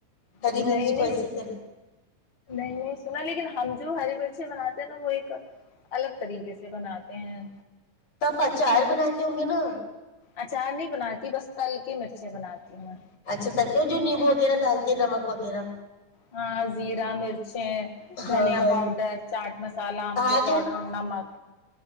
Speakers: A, on the left; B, on the left.
A: ہری
B: نہیں
A: مرچ
B: نہیں
A: کو ایسے کر
B: نہیں سنا لیکن ہم جو ہری مرچی بناتے ہیں نا وہ ایک الگ طریقے سے بناتے ہیں
A: تو آپ اچار
B: وہ تو
A: بناتے ہوں گے نا
B: اچار نہیں بناتی بس تل کے مرچی بناتی ہوں
A: اچھا ترکیب جو نیمبو وغیرہ ڈالتے ہیں نمک وغیرہ
B: ہاں زیرا مرچیں
A: ہاں
B: دھنیا
A: ہاں
B: پاؤڈر چاٹ مسالہ امچور
A: ہاں
B: پاؤڈر اور نمک